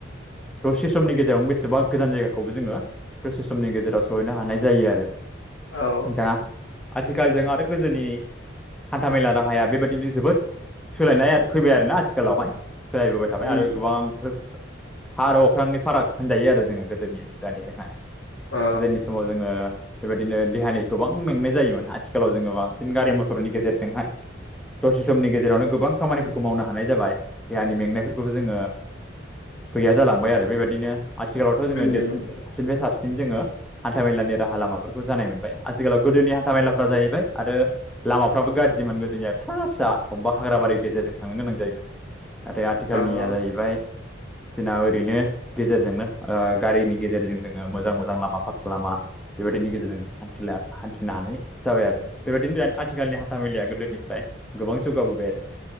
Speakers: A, in the centre; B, on the left.
A: दसे समनि गेजेरावनो बेसेबा गोजान जायगाखौबो जोङो दसे समनि गेजेराव सहैनो हानाय जायो आरो।
B: औ
A: दा आथिखालजों आरो गोदोनि हान्था मेला राहाया बेबायदिनो जोबोद सोलायनाय फैबाय आरोना आथिखालावहाय। सोलायबोबाय थाबाय
B: उम
A: आरो गोबां हा आरो अख्रांनि फाराग होनजायो आरो जोङो गोदोनिजों दानिजोंहाय।
B: आ
A: गोदोनि समाव जोङो बेबायदिनो देहानि गोबां मेंनाय जायोमोन आथिखालाव जोङो बांसिन गारि मथरनि गेजेरजोंहाय दसे समनि गेजेरावनो गोबां खामानिफोरखौ मावनो हानाय जाबाय, देहानि मेंनायफोरखौबो जोङो गैया जालांबाय आरो बेबायदिनो आथिखालावथ' जोङो
B: उम
A: देरसिन साबसिननिफ्राय साबसिन जोङो हान्था मेलानि राहा लामाफोर खौ जानाय मोनबाय आथिखालाव गोदोनि हान्था मेलाफ्रा जाहैबाय आरो लामाफ्राबो गाज्रि मोनबोदोनिया फिसा फिसा अबेबा हाग्र बारि गेजेरजों थांनो गोनां जायोमोन नाथाय आथिखालनिया
B: आ
A: जाहैबाय
B: <inaudible>
A: जोंना ओरैनो गेजेरजोंनो ओ गारिनि गेजेरजों जोङो मोजां मोजां लामाफाखा लामा बेबायदिनो गिदिर हान्थिनो हानाय जाबाय आरो बेबायदिनो आथिखालनि हान्था मेलाया गोदोनिफ्राय गोबां जौ जौगाबोबाय आरो